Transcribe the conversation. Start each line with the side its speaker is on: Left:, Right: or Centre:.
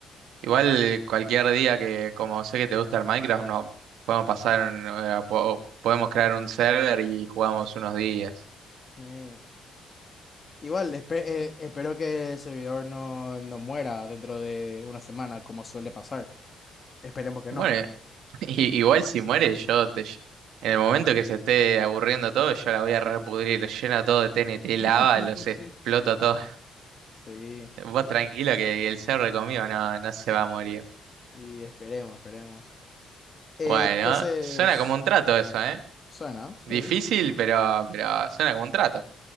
Right: Igual cualquier día que, como sé que te gusta el Minecraft, no podemos pasar, un- eh, po- podemos crear un server y jugamos unos días.
Left: Eh, Igual, espe- eh, espero que el servidor no, no muera dentro de una semana, como suele pasar. Esperemos que
Right: Bueno,
Left: no.
Right: <laughs> y- igual si muere yo te... ll- En el momento que se esté aburriendo todo, yo la voy a repudrir, lleno todo de TNT,
Left: <laughs>
Right: lava, los exploto a todos
Left: Sí,
Right: Vos tranquilo que el cerro conmigo no, no se va a morir.
Left: y esperemos, esperemos. Eh,
Right: Bueno,
Left: entonces,
Right: suena como un trato eso, ¿eh?
Left: suena, sí.
Right: Difícil, pero, pero suena como un trato.